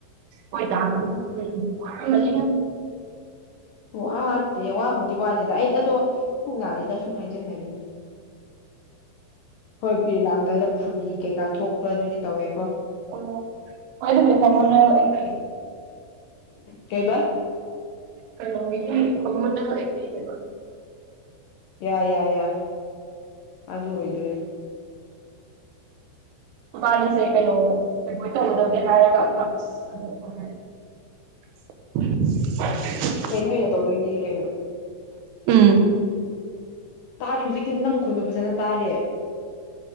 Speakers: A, on the right; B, on the left.
A: ꯍꯣꯏ ꯇꯥꯗꯃ ꯎꯝ ꯋꯥꯅ <inaudible>
B: ꯋꯥꯗꯦ ꯋꯥꯕꯨꯗꯤ ꯋꯥꯗꯦꯗ ꯑꯩꯩꯅ ꯑꯗꯣ ꯄꯨꯡ ꯅꯗꯦꯗꯥ ꯁꯨꯝ ꯍꯥꯏꯖꯤꯟꯕꯅꯤ ꯍꯣꯏ ꯄꯤꯔꯠ ꯂꯥꯛꯑꯝꯗꯥꯏꯗ ꯐꯨꯔꯤ ꯀꯩꯀꯥ ꯊꯣꯛꯄ ꯑꯗꯨꯗꯤ ꯇꯧꯋꯦꯀꯣ
A: ꯑꯣ ꯃꯣꯏ ꯑꯗꯨ ꯍꯪꯃꯅ ꯑꯦ <inaudible>
B: ꯀꯩꯕꯥ
A: ꯀꯩꯅꯣꯒꯤ ꯍꯣꯔꯃꯣꯅꯥꯜ ꯑꯥꯛꯅꯤ ꯅꯦꯕ
B: ꯌꯥ ꯌꯥ ꯌꯥ ꯑꯗꯨ ꯑꯣꯏꯗꯣꯏꯅꯤ
A: ꯃꯕꯥꯅꯤꯁꯦ ꯀꯩꯅꯣ ꯑꯦꯚꯣꯏꯠ <inaudible> ꯇꯧꯒꯗꯕꯅꯦ ꯍꯥꯏꯔꯒ ꯑ ꯑꯁ ꯍꯥꯏꯔꯦ <unintelligible>
B: ꯀꯩꯅꯣ ꯌꯥ ꯇꯧꯗꯣꯏꯅꯦꯗꯤ ꯀꯩꯅꯣ
A: ꯎꯝ
B: ꯇꯥꯔꯤ ꯍꯧꯖꯤꯛꯀꯤ ꯅꯪ ꯈꯣꯟꯗꯣ ꯐꯖꯅ ꯇꯥꯔꯦ